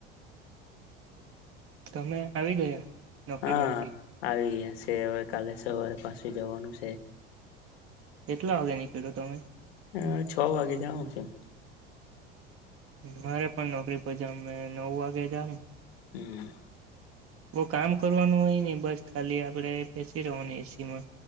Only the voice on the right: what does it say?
તમે આવી ગયા? નોકરી
પરથી
કેટલા વાગે નીકળ્યો તમે?
મારે પણ નોકરી પર જામ મે નવ વાગે જામ
બવ કામ કરવાનું હોય ની બસ ખાલી આપડે બેસી રવાની એસી માં.